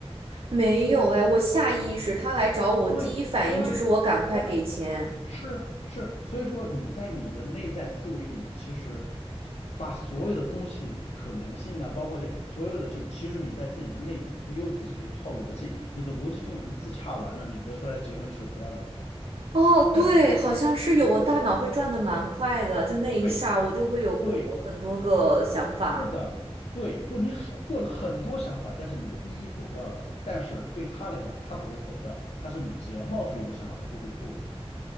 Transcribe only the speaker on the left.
对，
对呀，对呀，是是，所以说你在你的内在思维里面，其实把所有的东西可能性啊，包括这所有的，就其实你在自己的内，你有自己的一套逻辑，你的逻辑中已经自洽完了，你得出来的结论是不要惹他。
但是呢，
对对，是的，对，就你获了很多想法，但是你都一一否掉了。但是对他来讲，他不会否掉，他是只要冒出一个想法，他就会做。